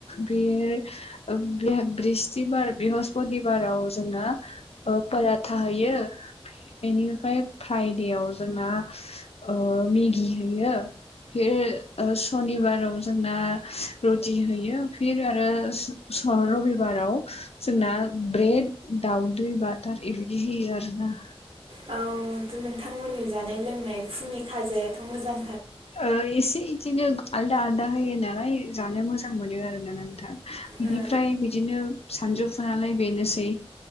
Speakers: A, on the left; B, on the right.
A: बे ओ ब्रि ब्रिस्तिबाराव बेहस्पतिबाराव जोंना ओ फोरा थाहोयो बेनिफ्राय फ्रायदेयाव जोंना ओ मेगि हैयो फिर ओ सु सनिबाराव जोंना रुटि होयो फिर आरो रबिबाराव जोंना ब्रेड दाउदै बाटार एबायदि होयो आरो ना।
B: औ नोंथांमोननि जानाय लोंनाय फुंनि खाजायाथ' मोजां
A: ओ एसे इदिनो आलदा आलदा हो होयो नालाय जानो मोजां मोनो आरो ना नोंथां बिनिफ्राय
B: ओ
A: बिदिनो सानजौफु नालाय बेनोसै